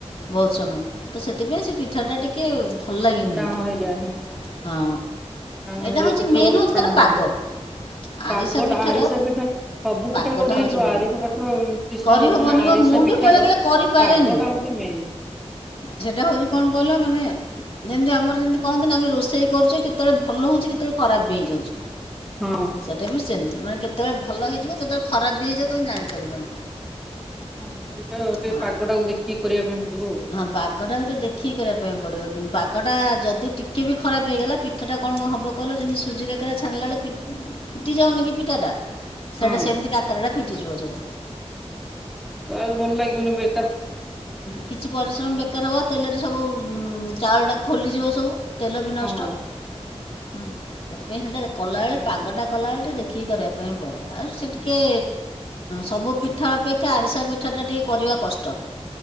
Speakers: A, on the left; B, in the centre.
A: ବହୁତ ସମୟ। ତ ସେଥିପାଇଁ ସେ ପିଠା ଟା ଟିକେ ଭଲ ଲାଗେନି
B: ଟାଣ
A: ଏତେ
B: ହେଇଯାଏ ହୁଁ
A: ହଁ
B: ଟାଣ
A: ଏଇଟା
B: ହେଇଯାଏ
A: ହଉଛି
B: ପିଠା
A: ମେନ୍
B: ବହୁତ
A: ହଉଛି
B: ଟାଣ
A: ତାର
B: ହେଇଯାଏ।
A: ପାଗ।
B: ପାଗଟା
A: ଆରିସା ପିଠାର
B: ଆରିସା ପିଠା ସବୁ
A: ପାଗଟା
B: ପିଠା କରି
A: ହେଉଛି
B: ହେଇ ଯିବ
A: ମେନ୍
B: ଆରିସା ପାଠର
A: କରିହେବନି
B: ମାନେ ଆରିସା
A: ବା ମୁଁ
B: ପିଠାର
A: ବି ବେଳେବେଳେ କରିପାରେନି
B: ପାଗଟା ହଉଛି ମେନ୍।
A: ସେଇଟା ହେଉଛି କ'ଣ କହିଲ ମାନେ ଯେମିତି ଆମର ଯେମିତି କହନ୍ତିନ ଆମେ ରୋଷେଇ କରୁଛେ କେତେବେଳେ ଭଲ ହଉଛିେ କେତେବେଳେ ଖରାପ ବି ହେଇଯାଉଚି।
B: ହଁ।
A: ସେଟା ବି ସେମି ମାନେ କେତେବେଳେ ଭଲ ହେଇଯିବ କେତେବେଳେ ଖରାପ ବି ହେଇଯିବ ତମେ ଜାଣିପାରିବନି।
B: ହଁ ସେଇଟାେ
A: ହୁଁ,
B: ପାଗ ଟାକୁ ଦେଖିକି କରିବା ପାଇଁ ପଡିବ
A: ହଁ ପାଗ ଟା ଗୋଟେ ଦେଖିକି କରିବା ପାଇଁ ପଡ଼ିବ ଯେ ବାଗଟା ଯଦି ଟିକେ ବି ଖରାପ ହେଇଗଲା ପିଠାଟା କଣ ହବ କହିଲ ଯେମିତି ସୁଯି କାକାରା ଛାଣିଲା ବେଳେ ପିଟି ଫିଟି ଯାଉନି କି ପିଠାଟା। ସେଇଟା
B: ହଁ
A: ସେମିତି କାକରାଟା ଫିଟିଯିବ ସବୁ
B: ଆଉ ଭଲ ଲାଗିବନି ଏବେ।
A: କିଛି ପରିଶ୍ରମ ବେକାର ହବ ତେଲରେ ସବୁ। ଚାଉଳଟା ଖୋଲିଯିବ ସବୁ। ତେଲ ବି ନଷ୍ଟ।
B: ହଁ ହଁ
A: ହୁଁ ଏଥିପାଇଁ ହେଟା କଲାବେଳେ ପାଗଟା
B: ହଁ।
A: କଲାବେଳେ ଟିକେ ଦେଖିକି କରିବା ପାଇଁ ପଡ଼େ ଆଉ ସେଠି ଟିକେ ସବୁ ପିଠ ପିଠା ଅପେକ୍ଷା ଆରିସା ପିଠାଟା ଟିକିେ କରିବା କଷ୍ଟ।